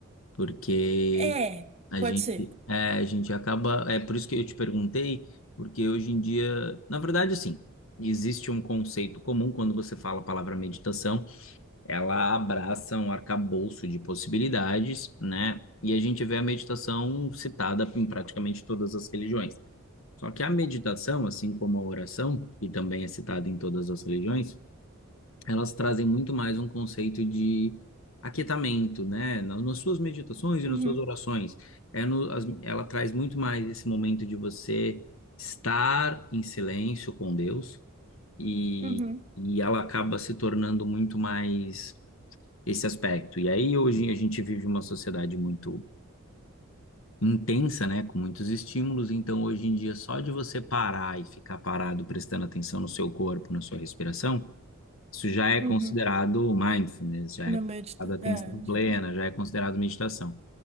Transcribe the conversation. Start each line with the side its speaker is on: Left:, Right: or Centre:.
Left: porque
Right: É,
Left: a
Right: pode
Left: gente,
Right: ser.
Left: é, a gente acaba, é por isso que eu te perguntei, porque hoje em dia, na verdade, assim, existe um conceito comum quando você fala a palavra meditação, ela abraça um arcabouço de possibilidades, né? E a gente vê a meditação citada em praticamente todas as religiões. Só que a meditação, assim como a oração, que também é citada em todas as religiões, elas trazem muito mais um conceito de aquietamento, né? Nas, nas suas meditações e
Right: Uhum.
Left: nas suas orações. É no, as- ela traz muito mais esse momento de você estar em silêncio com Deus e,
Right: Uhum,
Left: e ela acaba se tornando muito mais esse aspecto. E aí hoje a gente vive uma sociedade muito intensa, né? Com muitos estímulos, então hoje em dia só de você parar e ficar parado prestando atenção no seu corpo, na sua respiração, isso já é
Right: uhum.
Left: considerado mindfulness, já
Right: Uma
Left: é considerado
Right: meia distância.
Left: atenção
Right: É,
Left: plena,
Right: já consegui.
Left: já é considerado meditação.